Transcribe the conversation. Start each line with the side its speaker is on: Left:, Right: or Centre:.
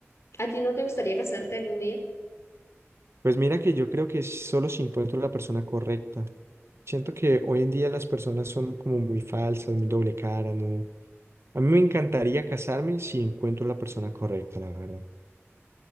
Left: ¿A ti no te gustaría casarte algún día?
Right: Pues mira que yo creo que solo si encuentro la persona correcta. Siento que hoy en día las personas son como muy falsas, muy doble cara, ¿no? A mí me encantaría casarme si encuentro la persona correcta, la verdad.